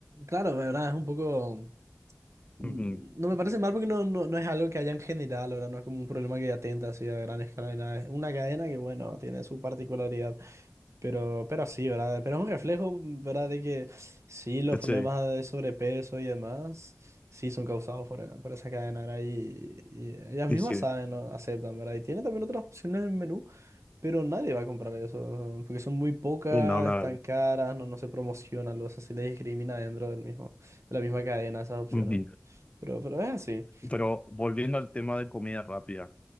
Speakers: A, on the right (about 70°); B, on the left (about 25°).
A: claro, ¿verdad? Es un poco. Mm,
B: Ujú.
A: No me parece mal porque no, no, no es algo que haya en general, ¿verdad? No es como un problema que atenta así a gran escala ni nada. Es una cadena que, bueno, tiene su particularidad, pero, pero sí, ¿verdad? Pero es un reflejo, ¿verdad? De que sí, los problemas
B: Sí,
A: de sobrepeso y demás, sí son causados por, por esa cadena, ¿verdad? Y, y ellas
B: y
A: mismas
B: sí,
A: saben, ¿no? Aceptan, ¿verdad? Y tiene también otras opciones en el menú. Pero nadie va a comprar eso, ¿no? porque son muy pocas,
B: no, la
A: están
B: verdad.
A: caras, no, no se promocionan, o sea, se les discrimina dentro del mismo, de la misma cadena esas opciones.
B: Ujú.
A: Pero, pero es así,
B: Pero volviendo al tema de comida rápida.